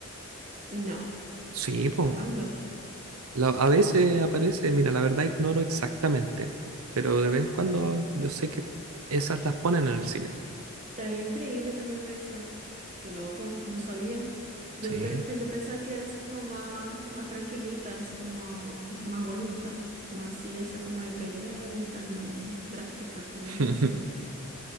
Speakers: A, on the right (about 35°); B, on the right (about 80°).
A: No,
B: Sí, pues.
A: ¿cuándo?
B: a veces aparece, mira, la verdad ignoro exactamente, pero de vez en cuando yo sé que esas las ponen en el cine.
A: Estaría increíble también ver esa. Qué loco, no sabía. Yo,
B: Sí.
A: pe- pe- yo pensaba que era así como más, más tranquilita, así como más bonita, no así de esa como de pelea y tan drástica como
B: <laughs>
A: es la serie.